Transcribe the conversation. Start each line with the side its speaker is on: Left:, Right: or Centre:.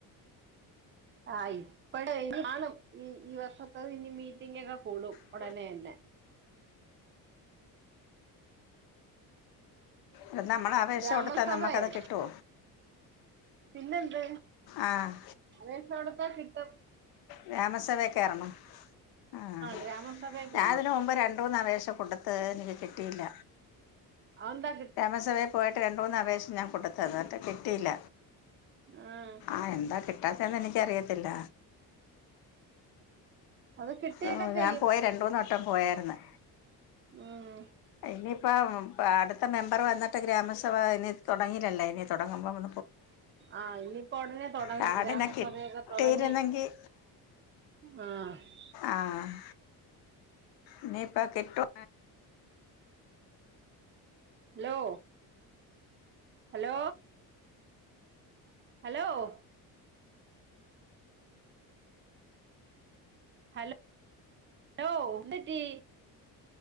Right: ആഹ് ഇപ്പടെ കാണും. ഈ ഈ വർഷത്ത ഇനി മീറ്റിംങ്ങ് ഒക്കെ കൂടും
Left: <unintelligible>
Right: ഉടനെ തന്നെ
Left: അഹ് നമ്മളെ ആവേശം
Right: ഗ്രാമസഭയെ
Left: കൊടുത്താ നമുക്കത് കിട്ടോ
Right: പിന്നെന്ത്
Left: ആഹ്
Right: വേഷോടത്താ കിട്ടും.
Left: ഗ്രാമ സഭേകേറണം. ആഹ്
Right: ഗ്രാമസഭേ
Left: ഞാൻ
Right: പോണം
Left: ഇതിന് മുമ്പ് രണ്ട് മൂന്ന് അപേശ കൊടുത് അത് എനിക്ക് കിട്ടിയില്ല
Right: അഎന്താ
Left: ഗ്രാമസഭേ പോയിട്ട് രണ്ട് മൂന്ന് അപേശം ഞാൻ കൊടുത്ത എന്ന്ട്ട് കിട്ടിയില്ല.
Right: ആഹ്.
Left: ആ എന്താ കിട്ടാത്തന്ന് എനിക്കറിയത്തില്ല..
Right: അത് കിട്ടിയൊക്കെ
Left: ഓ ഞാൻ
Right: ചെയ്യും
Left: പോയ രണ്ട് മൂന്നട്ടം പോയാര്ന്ന്.
Right: ഉം
Left: ഇനിയിപ്പോം പ്പ അടുത്ത മെമ്പർ വന്നിട്ട് ഗ്രാമസഭ ഇനി തൊടങ്ങിയിലല്ലേ ഇനി തൊടങ്ങുമ്പോള്ളു..
Right: ആഹ് ഇനിയിപ്പോ ഒടനെ തൊടങ്ങും
Left: കാർഡിനെ
Right: ഗ്രാമസഭയൊക്കെ
Left: കിട്ടിയിരുന്നെങ്കിൽ
Right: തൊടങ്ങി. ആഹ്
Left: ആഹ് ഇനിയിപ്പ കിട്ടു.
Right: ലോ. ഹലോ. ഹലോഹ്. ഹലൊ ലോ എന്ത്റ്റി..